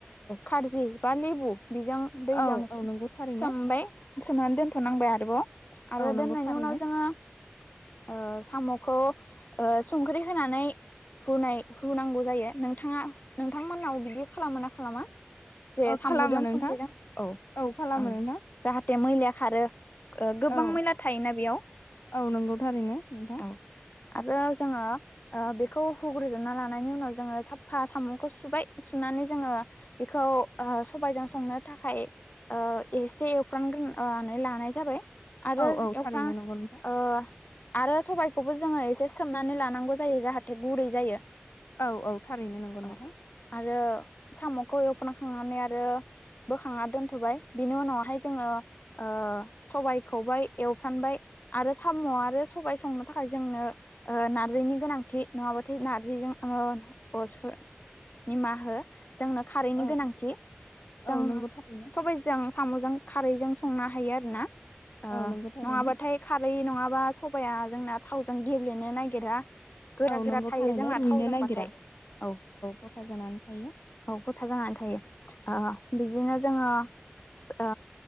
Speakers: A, on the left (about 45°); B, on the left (about 80°).
A: खारजि बा लेबु बेजों दैजों
B: औ औ नंगौ थारैनो
A: सोमबेय सोमनानै दोनथ'नांबाय आरोबाव आरो
B: औ नंगौ
A: दोननायनि
B: थारैनो
A: उनाव जोङो ओ साम'खौ ओ संख्रि होनानै हुनाय हुनांगौ जायो। नोंथाङा नोंथांमोननाव बिदि खालामो ना खालामा? जे
B: ओ
A: सामजों
B: खालामो नोंथां
A: संख्रिजों औ
B: खालामो
A: ओं
B: नोंथां
A: जाहाथे मैलाया खारो ओ गोबां
B: औ
A: मैला थायोना बेयाव
B: औ नंगौ थारैनो नोंथां
A: औ आरो जोङो ओ बेखौ हुग्रोजोबना लानायनि उनाव जोङो साफा सामखौ सुबाय सुनानै जोङो बेखौ ओ सबायजों संनो थाखाय ओ एसे एवफ्रामग्रोनानै लानाय जाबाय आरो
B: औ औ
A: एवफ्रां
B: थारैनो
A: ओ
B: नंगौ नोंथां
A: आरो सबायखौबो जोङो एसे सोमनानै लानांगौ जायो जाहाथे गुरै जायो
B: औ औ थारैनो नंगौ
A: औ
B: नोंथां।
A: आरो साम'खौ एवफ्रांखांनानै आरो बोखांना दोनथ'बाय बिनि उनावहाय जोङो ओ सबाय खौबाय एवफ्रामबाय आरो साम' आरो सबाय संनो थाखाय जोंनो ओ नार्जिनि गोनांथि नङाबाथाय नारजिजों ओ अ स निमा हो जोंनो खारैनि
B: औ
A: गोनांथि जों
B: औ नंगौ थारैनो
A: सबायजों साम'जों खारैजों संनो हायो आरोना ओ
B: औ नंगौ थारैनो
A: नङाबाथाय खारै नङाबा सब बाया जोंना थावजों गेब्लेनो नागिरा गोरा
B: औ
A: गोरा
B: नंगौ
A: थायो
B: थारैनो
A: जोंना
B: रुइनो
A: थावजोंबाथाय
B: नागिरा
A: औ
B: गथा जानानै थायो
A: औ गथा जानानै थायो ओ बिदिनो जोङो ओ